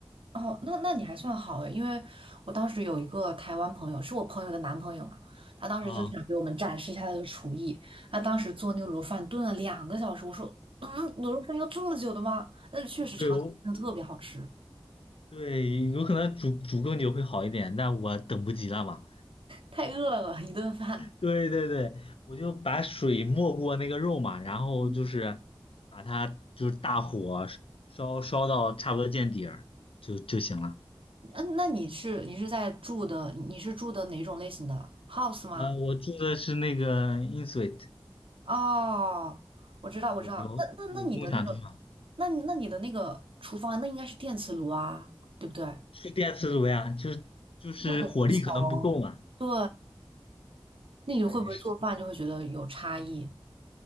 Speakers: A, on the right (about 70°); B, on the left (about 75°).
A: 哦，那那你还算好诶，因为我当时有一个台湾朋友，是我朋友的男朋友嘛，他当时就想给我们展示一下他的厨艺。
B: 啊，
A: 他当时做那个卤肉饭炖了两个小时，我说，嗯，卤肉饭要这么久的吗？但是确实尝起来真的特别好吃，
B: 对我对，有可能煮煮更久会好一点，但我等不及了吧。
A: 太饿了，一顿饭。
B: 对对对，我就把水没过那个肉嘛，然后就是把它就是大火烧烧到差不多见底儿就就行了。
A: <laughs> 嗯，那你是你是在住的，你是住的哪种类型的 house 吗？
B: 呃，我住的是那个 Insuite，
A: 哦，我知道，我知道。
B: 对，有有共享住房，
A: 那那那你的那个，那那你的那个厨房，那应该是电磁炉啊，对不对？
B: 是电磁炉呀，就是就是火力可能不够嘛，
A: 那火很小哦。对，那你会不会做饭就会觉得有差异？
B: 对，是